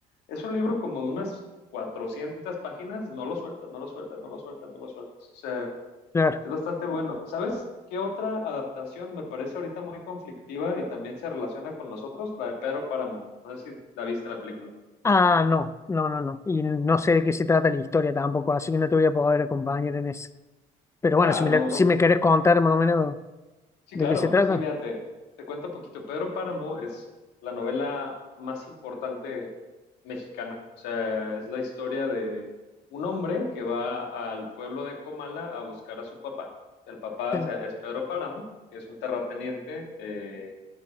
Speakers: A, on the left; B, on the left.
A: es un libro como de unas 400 páginas, no lo sueltas, no lo sueltas, no lo sueltas, no lo sueltas.
B: claro.
A: Es bastante bueno. ¿Sabes qué otra adaptación me parece ahorita muy conflictiva y también se relaciona con nosotros? La de Pedro Páramo. No sé si la viste la película.
B: Ah, no, no, no, no. Y no sé de qué se trata la historia tampoco, así que no te voy a poder acompañar en eso. Pero bueno,
A: Ah,
B: si me,
A: no,
B: la-
A: no.
B: si me querés contar más o menos
A: Sí,
B: de
A: claro.
B: qué se trata.
A: Sí, mira, te, te cuento un poquito. Pedro Páramo es la novela más importante mexicana. O sea, es la historia de un hombre que va al pueblo de Comala a buscar a su papá. El papá,
B: Sí,
A: o sea, es Pedro Páramo, que es un terrateniente eh,